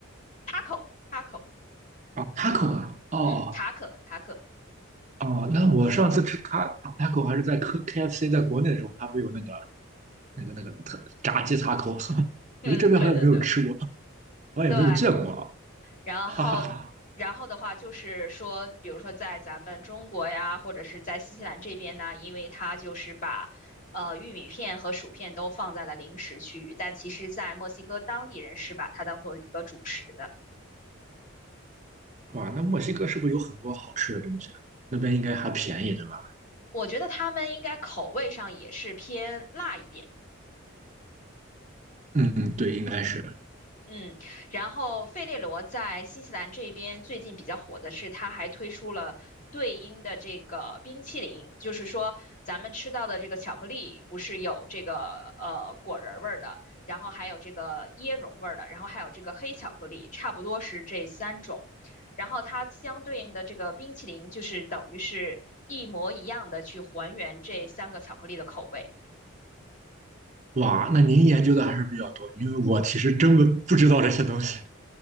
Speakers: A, on the left; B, on the right.
A: taco taco，
B: 啊，taco 啊，哦
A: 嗯，塔可塔可，
B: 哦，那我上次吃卡卡 taco 还是在 K KFC 在国内的时候，它不有那个那个那个特炸鸡 taco，<laughs>
A: <laughs> 嗯，
B: 我在这边好像没有吃过，
A: 对对对。
B: 我也没有见过啊，
A: 对，然后，
B: 哈哈哈。
A: 然后的话就是说，比如说在咱们中国呀，或者是在新西兰这边呢，因为它就是把呃玉米片和薯片都放在了零食区域，但其实，在墨西哥当地人是把它当做一个主食的。
B: 哇，那墨西哥是不是有很多好吃的东西啊？那边应该还便宜，对吧？
A: 我觉得他们应该口味上也是偏辣一点。
B: 嗯，对，应该是。
A: 嗯，然后费列罗在新西兰这边最近比较火的是，他还推出了对应的这个冰淇淋，就是说咱们吃到的这个巧克力不是有这个呃果仁儿味儿的，然后还有这个椰蓉味儿的，然后还有这个黑巧克力，差不多是这三种。然后它相对应的这个冰淇淋就是等于是一模一样的去还原这三个巧克力的口味。
B: 哇，那您研究的还是比较多，因为我其实真不不知道这些东西。